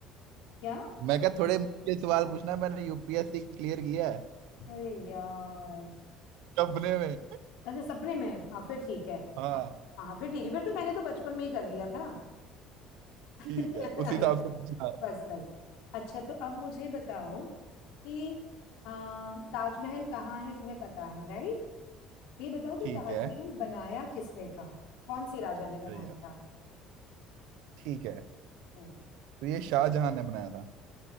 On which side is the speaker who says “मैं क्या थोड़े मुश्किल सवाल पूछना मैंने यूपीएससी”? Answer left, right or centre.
Right